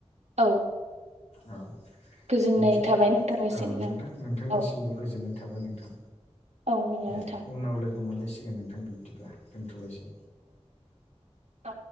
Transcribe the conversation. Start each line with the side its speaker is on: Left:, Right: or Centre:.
Right: औ
Left: औ
Right: गोजोननाय
Left: बिदि
Right: थाबाय नोंथांनिसिम
Left: औ नोंथां
Right: नों
Left: नोंथांनिसिमबो
Right: औ
Left: गोजोननाय थाबाय नोंथां।
Right: औ नंगौ
Left: दे
Right: नोंथां
Left: उनाव लोगो मोनलायसि‌ गोन नोंथां बिबदिब्ला दोनथ'लायसै।
Right: औ